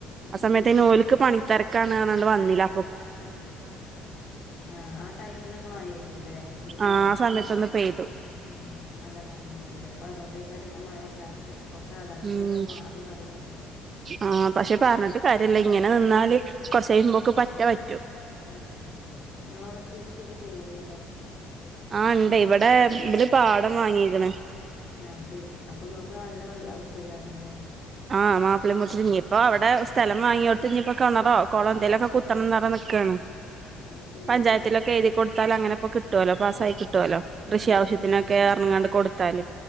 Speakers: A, on the left; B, on the right.
A: അത്
B: ആ സമയത്ത്
A: ശരി
B: നോലക്ക് പണിത്തരകാന്നവന്നില്ല
A: ഉ ആഹ ആ ടൈമിലൊന്ന് മഴ്തുല്ലേ വേനൽക്ക്
B: ആ സമയത്തൊന്ന് പെയ്തു
A: ഉ നല്ല മഴ അതുകൊണ്ടേക്ക എല്ലാത്ത ഇപ്പൊ കാലാവസ്ഥൊക്കെ
B: ഉം
A: മാറി മറിയല്ലേ
B: ആ പക്ഷെ പറഞ്ഞിട്ട് കാര്യമല്ല ഇങ്ങനെ നിന്നാല് കുറച്ച കഴിയുമ്പോക്ക് പറ്റ പറ്റ
A: ഉം നിങ്ങളവിടെ കൃഷിയൊക്കെ ചെയ്യലുണ്ടോ
B: ആഹ ഉണ്ട് ഇവിടെ ഇര് പാടം വാങ്ങിക്കണ്
A: ആ ശരി അപ്പം നിങ്ങൾക്ക് നല്ല വെള്ളം ആവശ്യക്കാാരില്ലേ
B: ആഹ് മാപ്പിളി മു <unintelligible> ഞ്ഞ്യേ ഇപ്പൊ അവടെ സ്ഥലം വാങ്ങ്യോട്ഞ്ഞ്പ്പം കെണറാ കൊളം എന്തേലൊക്കെ
A: ഉം
B: കുത്തണം എന്ന് പറഞ്ഞ് നിക്കാണ്
A: അത് ശരി
B: പഞ്ചായത്തിലൊക്കെ എഴുതികൊടുത്താൽ അങ്ങനോക്കെ കിട്ട്വോലൊ പാസ്സായിട്ട് കിട്ടോല്ലോ
A: ഉം
B: കൃഷി
A: ഉം
B: ആവശ്യത്തിനൊക്കയർഞ്ഞ്
A: കിട്ടും കിട്ടും
B: കാണ്ട് കൊടുത്താല്